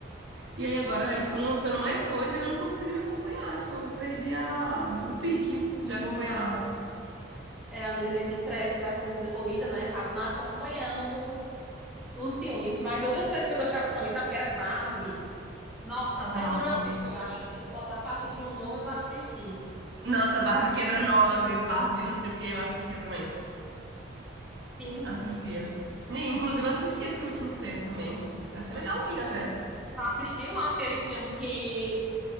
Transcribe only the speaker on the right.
E aí agora eles estão lançando mais coisa e eu não tô conseguindo acompanhar. Tipo, eu perdi a... o pique de acompanhar.
Barbie.
Nossa, Barbie quebra-nozes, Barbie não sei o que, eu assistia também.
Assistia. E, inclusive, eu assisti esse último que teve também. Achei legalzinho até.